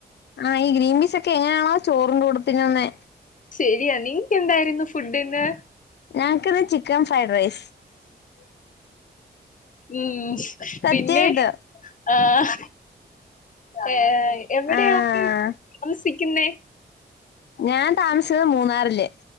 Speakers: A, on the left; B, on the left.
A: ആഹ് ഈ ഗ്രീൻ പീസ് ഒക്കെ എങ്ങനാണോ ചോറിന്റെ കൂടെ തിന്നുന്നേ.
B: ശരിയാ നിങ്ങക്ക് എന്തായിരുന്നു ഫുഡിന്ന്.
A: ഞങ്ങക്കിന്ന് ചിക്കൻ ഫ്രൈഡ് റൈസ്.
B: ഉം,
A: സത്യായിട്ടും
B: പിന്നെ ആഹ് ഏ എവിടെയാ
A: ആ
B: തമസിക്കുന്നേ.
A: ഞാൻ താമസിക്കുന്നത് മൂന്നാറില്